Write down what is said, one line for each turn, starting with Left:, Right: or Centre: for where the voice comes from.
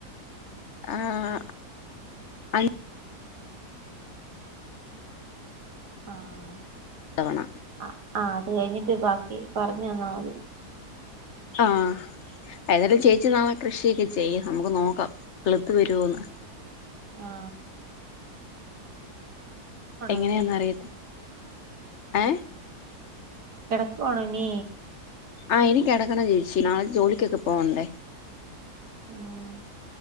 Left: ആഹ് അഞ്ച്
Right: ആഹ്
Left: തവണ
Right: ആ ആഹ് അത് കഴിഞ്ഞിട്ട് ബാക്കി പറഞ്ഞന്നാമതി
Left: ആഹ ഏതാലും ചേച്ചി നാളെ കൃഷിയൊക്കെ ചെയ്യ് നമുക്ക് നോക്കാം കിളിത്ത് വരോന്ന്
Right: ആ
Left: എങ്ങനെയ
Right: ഇവനി
Left: ഒന്ന അറിയട്ട് ഏ
Right: കെടക്കാണോ നീ
Left: ആ എനി കെടക്കണം ചേച്ചി നാളെ ജോലിക്കൊക്കെ പോവണ്ടേ
Right: മ്